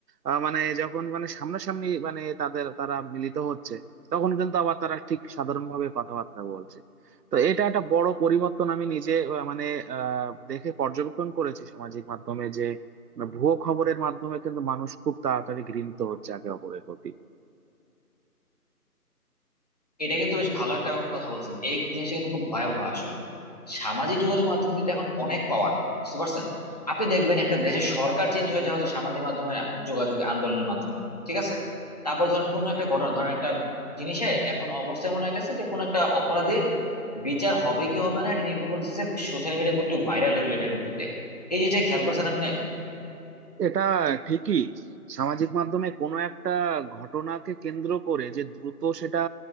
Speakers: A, on the right; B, on the left.
A: আহ, মানে যখন মানে সামনাসামনি মানে তাদের তারা মিলিত হচ্ছে তখন কিন্তু আবার তারা ঠিক সাধারণভাবে কথাবার্তা বলছে তো এটা একটা বড় পরিবর্তন আমি নিজে আহ, মানে আহ দেখে পর্যবেক্ষণ করেছি সামাজিক মাধ্যমে যে মানে ভুয়ো খবরের মাধ্যমে কিন্তু মানুষ খুব তাড়াতাড়ি ঘৃণিত হচ্ছে একে অপরের প্রতি
B: এটা কিন্তু বেশ ভালো একটা কথা বলছেন এই জিনিসটা কিন্তু খুব ভয়াবহ আসলে সামাজিক যোগাযোগ মাধ্যমে কিন্তু এখন অনেক পাওয়ার বুঝতে পারছেন আপনি দেখবেন একটা দেশের সরকার চেঞ্জ হয়ে যাওয়া হচ্ছে সামাজিক মাধ্যমে যোগাযোগ আন্দোলনের মাধ্যমে ঠিক আছে তারপর ধরেন কোন একটা ঘটনা ধরেন একটা জিনিসে এখন অবস্থা এমন হয়ে গেছে যে কোন একটা অপরাধীর বিচার হবে কি হবে না এটা নির্ভর করতেছে সোশ্যাল মিডিয়া কর্তৃক ভাইরাল হলো এটার ভিত্তিতে এই জিনিসটা খেয়াল করছেন আপনি
A: এটা ঠিকই সামাজিক মাধ্যমে কোনো একটা ঘটনাকে কেন্দ্র করে যে দ্রুত সেটা